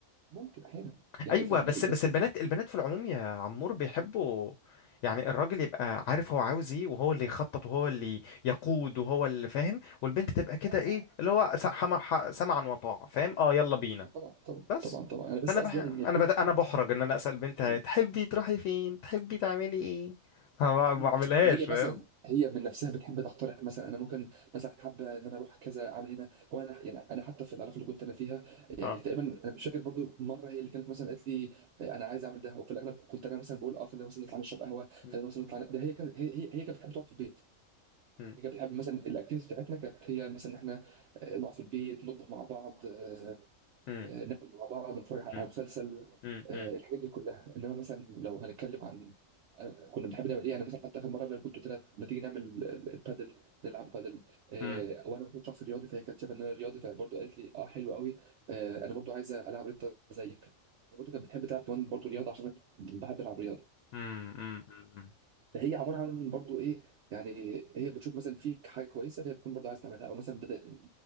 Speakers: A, on the right; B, on the left.
A: ممكن احيانا يعني
B: ايوه
A: يعني
B: بس
A: بس
B: بس البنات البنات في العموم يا عمور بيحبوا يعني الراجل يبقى عارف هو عاوز ايه وهو اللي يخطط وهو اللي يقود وهو اللي فاهم والبنت تبقى كده
A: صح
B: ايه
A: صح
B: اللي هو س- حما- ح- سمعا وطاعة فاهم اه يلا بينا
A: طبعا طبعا طبعا
B: بس
A: طبعا طبعا انا بس
B: فانا
A: قصدي
B: بح...
A: يعني
B: انا
A: ان البنت
B: بت... انا بحرج ان انا اسال بنت
A: مم.
B: تحبي تروحي فين تحبي تعملي ايه <laughs> أنا ما ما
A: مم.
B: بعملهاش
A: هي
B: فاهم
A: مثلا هي من نفسها بتحب تقترح مثلا انا ممكن مثلا حابه ان انا اروح كذا اعمل هنا وانا يعني انا حتى في العلاقه اللي كنت انا فيها يعني
B: اه
A: تقريبا انا مش فاكر برضو مره هي اللي كانت مثلا قالت لي آه، انا عايز اعمل ده وفي الاغلب كنت انا مثلا بقول اه خلينا مثلا نطلع نشرب قهوه
B: م-
A: خلينا مثلا نطلع ن- ده هي كانت- هي هي هي كانت بتحب تقعد في البيت
B: م-
A: هي كانت بتحب مثلا الاكتيفيتيز بتاعتنا كانت هي مثلا ان احنا آه، نقعد في البيت نطبخ مع بعض آه،
B: م-
A: آه، ناكل مع بعض نتفرج على
B: م-
A: مسلسل
B: م-
A: آه،
B: م-
A: الحاجات دي كلها انما مثلا لو هنتكلم عن أنا كنا بنحب نعمل ايه يعني مثلا حتى اخر مره انا كنت قلت لها ما تيجي نعمل ال- ال- البادل نلعب بادل آه،
B: م-
A: وانا كنت شخص رياضي فهي كانت شايفه ان انا رياضي فبرضه قالت لي اه حلو قوي آه، انا برضه عايزه العب رياضه زيك هي برضه كانت بتحب تلعب كمان برضه رياضه عشان انا كنت بحب العب رياضه
B: م- م- م- م-
A: هي عباره عن برضو ايه يعني هي بتشوف مثلا فيك حاجه كويسه فهي بتكون برضو عايز تعملها او مثلا بت-